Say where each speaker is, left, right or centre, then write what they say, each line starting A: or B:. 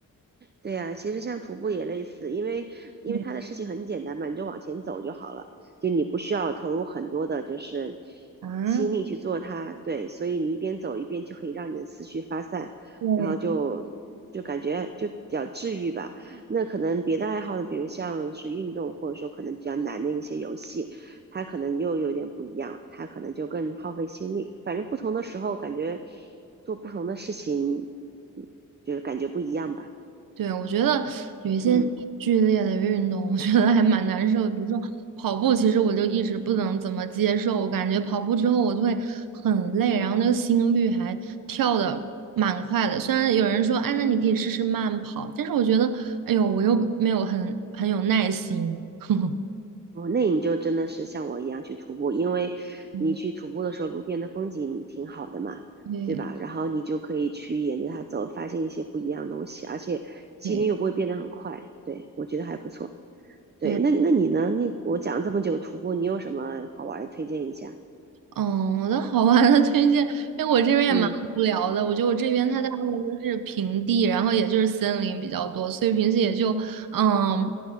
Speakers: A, on the right (about 30°); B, on the right (about 80°).
A: 对呀，其实像徒步也类似，因为因为它的事情很简单嘛，
B: 对
A: 你就往前走就好了，就你不需要投入很多的，就是
B: 啊，
A: 心力去做它。对，所以你一边走一边就可以让你的思绪发散，
B: 对
A: 然后就就感觉就比较治愈吧。那可能别的爱好呢，比如像是运动，或者说可能比较难的一些游戏，它可能又有点不一样，它可能就更耗费心力。反正不同的时候，感觉做不同的事情，嗯，就是感觉不一样吧。
B: 对，我觉得有一些剧烈的运动，
A: 嗯。
B: 我觉得还蛮难受的。比如说跑步，其实我就一直不能怎么接受，我感觉跑步之后我就会很累，然后那个心率还跳的蛮快的。虽然有人说，哎，那你可以试试慢跑，但是我觉得，哎呦，我又没有很很有耐心。<laughs>
A: 哦，那你就真的是像我一样去徒步，因为你去徒步的时候，
B: 嗯
A: 路边的风景挺好的嘛，
B: 对
A: 对吧？然后你就可以去沿着它走，发现一些不一样的东西，而且心率又不会变得很快。
B: 对。
A: 对，我觉得还不错。对，
B: 对
A: 那那你呢？你我讲了这么久徒步，你有什么好玩的推荐一下？
B: 嗯，我的好玩的推荐，因为我这边也蛮无聊的。
A: 嗯
B: 我觉得我这边它大部分都是平地，然后也就是森林比较多，所以平时也就嗯，